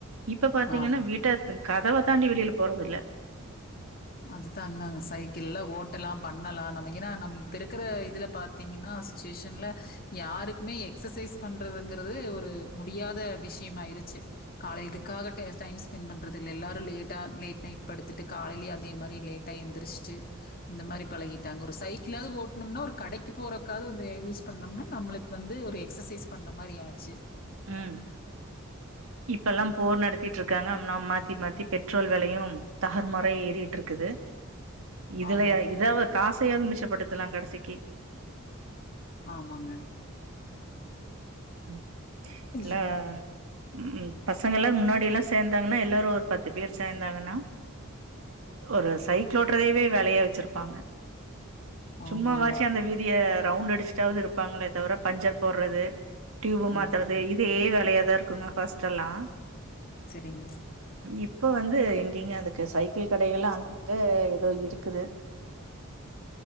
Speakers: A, on the right; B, on the left.
A: இப்ப பாத்தீங்கன்னா
B: ஆமா.
A: வீட் கதவ தாண்டி வெளியில போறதில்ல
B: அதுதாங்க சைக்கிள்ல ஓட்டலாம் பண்ணலா நம்ம ஏன்னா நம்ம இப்ப இருக்குற இதுல பாத்தீங்கன்னா சிச்சுவேஷன்ல யாருக்குமே எக்சசைஸ் பண்றதுங்குறது ஒரு முடியாத விஷியமாயிருச்சி கால இதுக்காக டெ டைம் ஸ்பெண்ட் பண்றதில்ல எல்லாரு லேட்டா லேட் நைட் படுத்துட்டு காலையிலேயே அ தே மாரி லேட்டா எந்திரிச்ட்டு இந்த மாரி பழகிட்டாங்க ஒரு சைக்கிளாவ்து ஓட்னொம்னா ஒரு கடக்கி போறக்காவ்து வந்து அ யூஸ் பண்ணோம்னா நம்மளுக்கு வந்து ஒரு எக்ஸசைஸ் பண்ண மாரி ஆச்சு
A: ம் இப்ப எல்லா
B: அதை
A: போர் நடத்திட்டு இருக்காங்க நம்ம மாத்தி மாத்தி பெட்ரோல் வெலையு தாருமாறா ஏறிட்டு இருக்குது இதுல
B: ஆமாங்க.
A: ய இதாவ காசு யாவது மிச்ச படுத்தலாம் கடைசிக்கி
B: ஆமாங்க
A: ம்
B: ம்.
A: இல்ல ம் பசங்க எல்லா முன்னாடியெல்லா சேந்தாங்கனா எல்லாரு ஒரு பத்து பேர் சேந்தாங்கனா ஒரு சைக்கிள் ஓட்றதயவே வேலையா வச்சிருப்பாங்க
B: ஆமாங்க,
A: சும்மாவாச்சு அந்த வீதிய ரவுண்ட் அடிச்சுட்டாவது இருப்பாங்களே தவர பஞ்சர் போட்றது டியூப்
B: ஆமாங்க.
A: மாத்துறது இதே வேலையாதா இருக் குங்க ஃபர்ஸ்ட்டெல்லா
B: செரிங்க
A: இப்ப வந்து எங்கிங்க அதுக்கு சைக்கிள் கடைகளா அங்கங்க ஏதோ இருக்குது